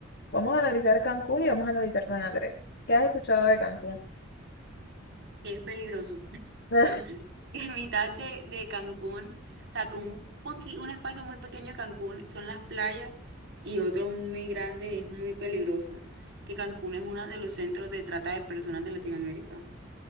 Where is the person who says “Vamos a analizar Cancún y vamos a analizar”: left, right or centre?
Left